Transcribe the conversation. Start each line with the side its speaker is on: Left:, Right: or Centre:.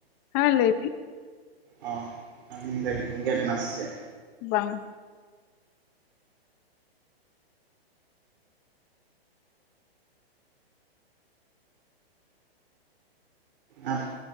Left: ᱦᱮᱸ ᱞᱟᱹᱭ ᱵᱤ᱾
Right: ᱚ ᱟᱹᱞᱤᱧ ᱫᱟ ᱜᱮᱫ ᱱᱟ ᱥᱮ ᱪᱮᱫ᱾
Left: ᱵᱟᱝ᱾
Right: ᱟᱨ